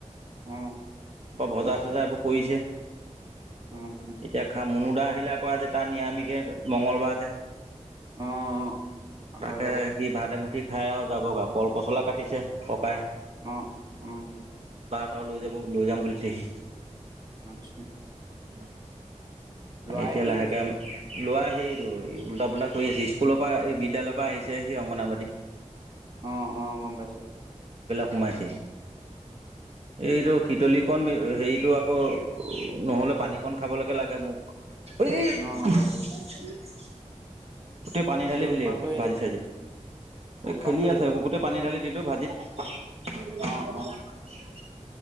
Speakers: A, on the right (about 35°); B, on the right (about 55°).
A: অ',
B: বজাৰ-চজাৰ এইবোৰ কৰিছে।
A: অ', অ',
B: এতিয়া খা মুনু দা অহালে আকো আজি তাৰ নিৰামিষে, মঙগলবাৰ যে।
A: অ', অ'।
B: তাকে
A: হয় বাৰু
B: সি ভা মঠ <inaudible> ৰুটি খাই আৰু যাবগৈ, পল পচলা কাটিছে ককাই।
A: উ-উম।
B: ত লৈ যাব, লৈ যাম বুলিছেহি।
A: আচ্ছা
B: হ ন <unintelligible>
A: ল'ৰাই
B: এতিয়া
A: কি
B: লাহেকে,
A: কৰিছে?
B: লোৱা সেইটো আৰু উল্টা পো্টা কৰি আছে, স্কুলৰ পৰা, এই বিদ্যালয়ৰ পৰা আহিছে সি অংগনবাাদী।
A: অ'অ গম পাইছো।
B: সোমাইছে। এইতো সি লিকণ হেৰিতটো আকৌ, নহ'লে পানীকণ খাবলৈকে লাগে মোক। উ <unintelligible> উ
A: অ', গম পাইছোঁ।
B: <inaudible> গোটেই পানী ঢালি
A: উৎপাত
B: দিলে এই বোৰুত,
A: কৰি আছে
B: ভাজি
A: চাগে,
B: চাজি, এই
A: উৎপাত
B: খেলি
A: কৰি
B: আছে এইবোৰ গোটেই পানী ঢালি দিলোঁ ভাজিত চ ন
A: অ', অ',
B: <unintelligible>